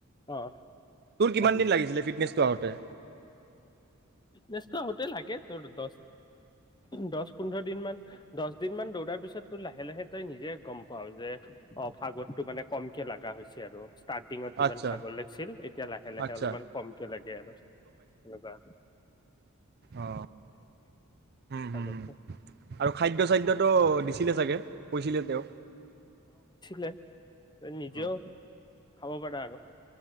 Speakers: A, on the left; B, on the right.
A: অ
B: তোৰ কিমান
A: আহি যাব
B: দিন লাগিছিলে ফিটনেছটো আহোতে
A: ফিটনেচোতে লাগে ত দ দহ পোন্ধৰ দিন মান দহ দিন ম দৌৰাৰ পিছত তোৰ লাহে লাহে তই নিজে গম পাও যে অ ভাগতটো মানে কমকে লগা হৈছে আৰু ষ্টাৰ্টিঙত যিমান
B: আচ্ছা
A: ভাগৰ লাগিছিল এতিয়া লাহে লাহে
B: আচ্ছা
A: অলপমান কমকে লাগে আৰু তেনেকুৱা
B: অ হ হম
A: ভাগৰটো
B: আৰু খাদ্য চাদ্যটো দিছিলে চাগে কৈছিলে তেওঁ
A: তে নিজেও
B: অঁ
A: খাব পাৰা আৰু আৰু